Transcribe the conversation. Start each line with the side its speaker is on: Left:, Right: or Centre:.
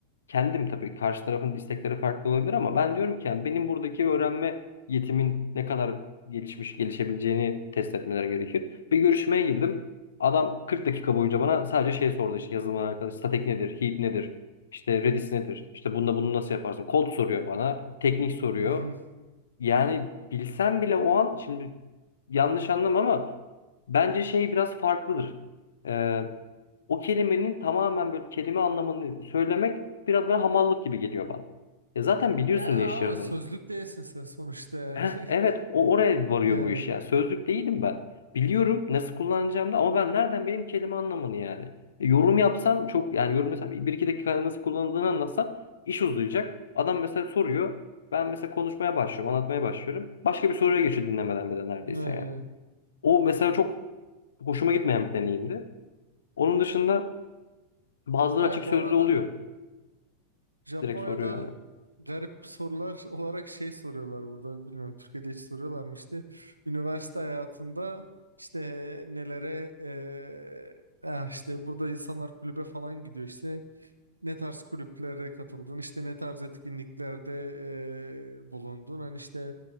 Left: kendim tabii karşı tarafın istekleri farklı olabilir ama ben diyorum ki yani benim buradaki öğrenme yetimin ne kadar gelişmiş gelişebileceğini test etmeleri gerekir. Bir görüşmeye girdim. Adam 40 dakika boyunca bana sadece şey sordu işte yazılımla alakalı. Statik nedir? Heap nedir? İşte Redis nedir? İşte bununla bunu nasıl yaparsın? Kod soruyor bana. Teknik soruyor.
Right: Hı hı.
Left: Yani bilsem bile o an şimdi yanlış anlama ama bence şey biraz farklıdır. Ee, o kelimenin tamamen böyle kelime anlamını söylemek biraz böyle hamallık gibi geliyor bana. Ya zaten biliyorsun
Right: Ya
Left: ne iş yaradığını.
Right: o sözlük değilsin sen sonuçta yani.
Left: Heh, evet
Right: <laughs>
Left: o oraya varıyor
Right: Yani.
Left: bu iş ya. Sözlük değilim ben. Biliyorum nasıl kullanacağımı da ama ben nereden benim kelime anlamını yani. E, Yorum yapsam çok yani yorum mesela bir iki dakika nasıl kullanıldığını anlatsam iş uzayacak. Adam mesela soruyor. Ben mesela konuşmaya başlıyorum, anlatmaya başlıyorum. Başka bir soruya geçiyor dinlemeden bile neredeyse
Right: e,
Left: yani. O mesela çok hoşuma gitmeyen bir deneyimdi. Onun dışında bazıları
Right: Ya
Left: açık sözlü
Right: bu arada
Left: oluyor.
Right: Japonya'da
Left: Direkt soruyor yani.
Right: garip sorular <laughs> olarak şey soruyorlar burada bilmiyorum Türkiye'de hiç soruyorlar mı işte üniversite hayatında işte nelere eee, ah işte burada insanlar kulübe falan gidiyor işte ne tarz kulüplere katıldın, işte ne tarz etkinliklerde e, bulundun. Hani işte